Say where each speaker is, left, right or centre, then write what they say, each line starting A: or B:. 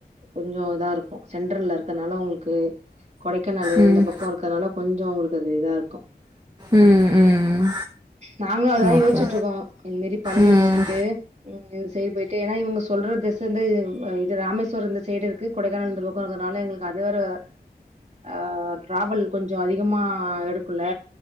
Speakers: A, on the right (about 40°); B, on the right (about 25°).
A: கொஞ்சோ இதா இருக்கு சென்டர்ல இருக்கறனால உங்களுக்கு கொடைக்கானலு
B: ம்
A: இந்த பக்கோ இருக்கனால கொஞ்சோ உங்களுக் ததிதா இருக்கு
B: ம் ம் ம்
A: நாங்களு அதா
B: ஓகே
A: யோச்சுட்ருக்கோ இன்மாரி <unintelligible>
B: ம்
A: போய்ட்டு ம் இன்சைடு போய்ட்டு எனா இவுங்க சொல்ற <unintelligible> இது ராமேஸ்வரோ இந்த சைடிருக்கு கொடைக்கானல் இந்த பக்கோ இருக்கறனால எங்களுக்கு அது வேற ஆ ட்ராவல் கொஞ்சோ அதிகமா எடுக்குல்ல